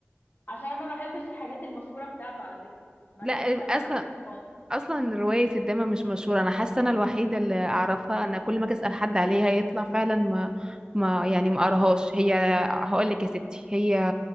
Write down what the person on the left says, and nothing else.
عشان ما بحبش الحاجات المشهورة بتاعته على فكرة ما
انا هبت ما
عجبتنيش خالص